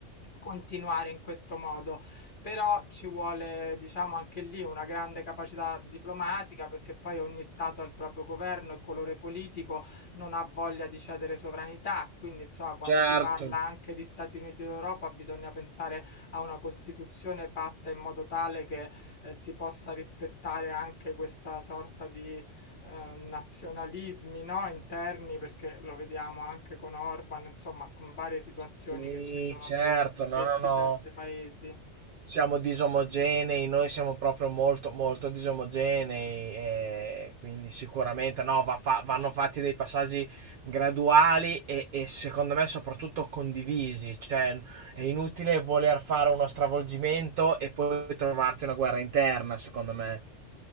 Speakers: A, on the left (about 55°); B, on the right (about 55°).
A: continuare in questo modo. Però ci vuole, diciamo, anche lì una grande capacità diplomatica, perché poi ogni stato ha il proprio governo, il colore politico non ha voglia di cedere sovranità, quindi insomma quando
B: Certo.
A: si parla anche di Stati Uniti d'Europa bisogna pensare a una Costituzione fatta in modo tale che eh, si possa rispettare anche questa sorta di ehm, nazionalismi no? interni, perché lo vediamo anche con Orban, insomma con varie situazioni
B: Sì,
A: che ci sono
B: certo.
A: nei
B: No,
A: 27
B: no, no.
A: paesi.
B: siamo disomogenei, noi siamo proprio molto, molto disomogenei, e quindi sicuramente no, va fa- vanno fatti dei passaggi graduali e, e secondo me soprattutto condivisi, cioè è inutile voler fare uno stravolgimento e poi trovarti una guerra interna, secondo me.